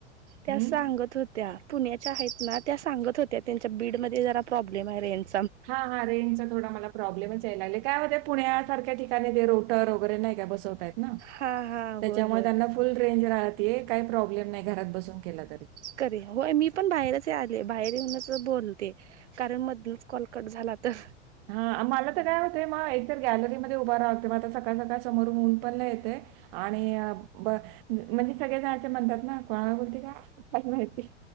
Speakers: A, on the right; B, on the right.
A: त्या
B: हं.
A: सांगत होत्या पुण्याच्या आहेत ना त्या सांगत होत्या त्यांच्या बीडमध्येध्ये जरा प्रॉब्लेम आहे रेंज
B: हा हा रें थोडा मला प्रॉब्लेमच याय लाग काय होते पुण्यासारख्या ठिकाणी ते रोटर वगैरे नाही काय बसवतयत
A: हा हा
B: त्याच्यामुळे
A: होय होय
B: त्यांना फुल रेंज राहत ते काही प्रॉब्लेम नाही घरात बसून केला तरी
A: कररे हो मी पण बाहेरच आले बाहेर येऊनच बोलते कारण मधूनच कॉलकट झाला तर
B: हा मला तर
A: आणि
B: काय होतंय मग गॅलरीमध्ये उभ राह मग आता सकाळ सकाळ समोर ऊन पण नाही येते आणि ब म्हणजे सगळे्या जणाचे म्हणतात ना कोणाला बोलते काही माहिती